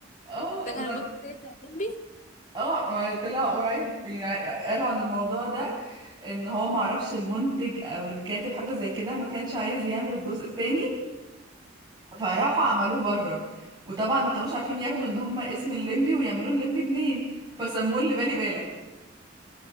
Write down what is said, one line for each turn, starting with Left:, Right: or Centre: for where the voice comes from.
Right: اه
Left: ده كان
Right: بتاع-
Left: الجزء التالت بتاع الليمبي
Right: اه ما طلع قريب يعني قالوا عن الموضوع ده ان هو معرفش المنتج او الكاتب حاجة زي كده ما كانش عايز يعمل الجزء التاني فراحوا عملوه بره وطبعا ما كانوش عارفين ياخدوا ان هما اسم الليمبي ويعملوه الليمبي اتنين فسموه اللي بالي بالك